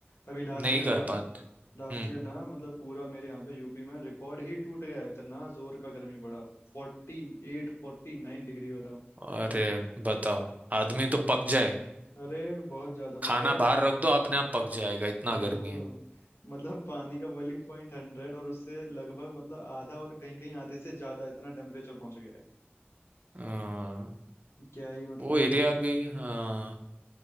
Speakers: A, on the left; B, on the right.
A: अभी लास्ट
B: नहीं
A: ईयर
B: कर
A: ना
B: पाते
A: लास्ट
B: हम्म
A: ईयर ना मतलब पूरा मेरे यहाँ पे यूपी में रिकॉर्ड ही टूट गया इतना जोर का गर्मी पड़ा फोर्टी एट फोर्टी नाइन डिग्री बताओ
B: अरे बताओ आदमी तो पक जाए
A: अरे बहुत ज्यादा
B: खाना
A: मतलब
B: बाहर
A: हम्म,
B: रख दो अपने आप पक जाएगा इतना
A: वही
B: गर्मी
A: तो
B: है
A: मतलब पानी का बॉइलिंग पॉइंट हंड्रेड और उससे लगभग मतलब आधा और कहीं कहीं आधे से ज्यादा इतना टेम्परेचर पहुंच गया है
B: अ,
A: क्या ही मतलब
B: वो
A: हो-
B: एरिया भी हाँ